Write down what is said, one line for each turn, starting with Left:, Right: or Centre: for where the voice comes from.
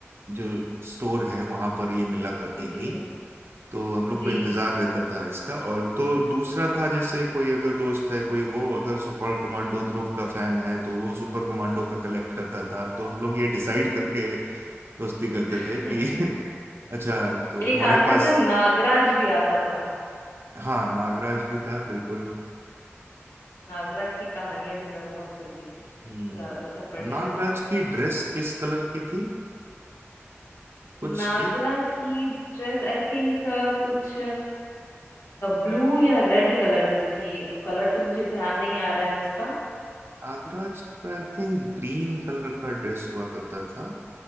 Right: जो स्टोर हैं वहां पर ये मिला करती
Left: जी
Right: थी तो हम लोग
Left: जी
Right: को इंतजार रहता था इसका और तो दूसरा था जैसे कोई अगर दोस्त है कोई वो अगर सुपर कमांडो ध्रुव का फैन है तो वो सुपर कमांडो का कलेक्ट करता था तो हम लोग ये डिसाइड करके दोस्ती करते
Left: <laughs>
Right: थे कि <laughs> अच्छा तो
Left: एक
Right: तुम्हारे
Left: आता
Right: पास
Left: था नागराज भी आता था
Right: हाँ नागराज भी था बिल्कुल
Left: नागराज की कहानियां भी मैं बहुत पढ़ती थी
Right: हम्म
Left: मजा आता था पढ़ने
Right: नागराज
Left: में
Right: की ड्रेस किस कलर की थी कुछ
Left: नागराज
Right: एक
Left: की ड्रेस आई थिंक कुछ ब्लू या रेड कलर की थी कलर तो मुझे ध्यान नहीं आ रहा है उसका
Right: नागराज का आई थिंक ग्रीन कलर का ड्रेस हुआ करता था